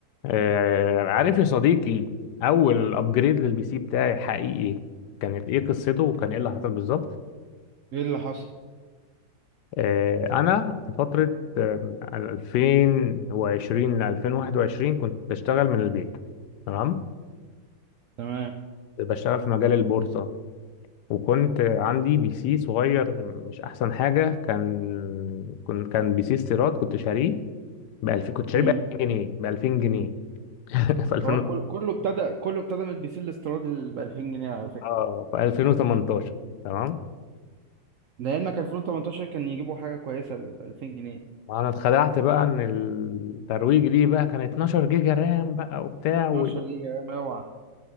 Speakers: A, on the left (about 80°); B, on the right (about 65°).
A: آه، عارف يا صديقي اول ابجريد للبي سي بتاعي حقيقي كانت ايه قصته وكان ايه اللي حصل بالظبط
B: ايه اللي حصل
A: آه، انا في فتره آه، 2020 ل 2021 كنت بشتغل من البيت تمام
B: تمام
A: بشتغل في مجال البورصه وكنت عندي بي سي صغير مش احسن حاجه كان كان كان بي سي استيراد كنت شاريه ب 2000 كنت شاريه
B: امم
A: ب 2000 جنيه ب 2000 جنيه <laughs> في 2000
B: هو كل- كله ابتدى كله ابتدى من البي سي الاستيراد اللي ب 2000 جنيه على فكره
A: اه في 2018 تمام
B: لعلمك 2018 كان يجيبوا حاجه كويسه ل 2000 جنيه
A: انا اتخدعت بقى ان الترويج ليه بقى كان 12 جيجا رام بقى وبتاع
B: 12
A: و...
B: جيجا رام اوعى